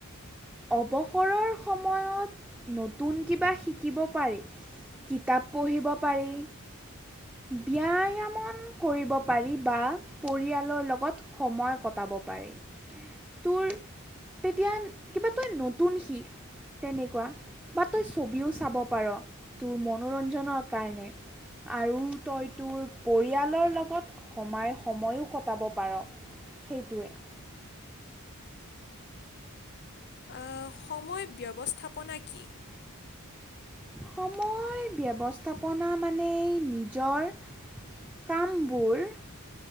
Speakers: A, in the centre; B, on the left.
A: অৱসৰৰ সময়ত নতুন কিবা শিকিব পাৰি কিতাপ পঢ়িব পাৰি ব্যায়ামন কৰিব পাৰি বা পৰিয়ালৰ লগত সময় কটাব পাৰি তুৰ তেতিয়া। কিবা তই নতুন শিখ তেনেকুৱা বা তই ছবিও চাব পাৰ তোৰ মনোৰঞ্জনৰ কাৰণে আৰু তই তোৰ পৰিয়ালৰ লগত সমাই সময়ো কটাব পাৰ সেইটোৱেই।
B: আ, সময় ব্যৱস্থাপনা কি।
A: সময় ব্যৱস্থাপনা মানে নিজৰ কামবোৰ।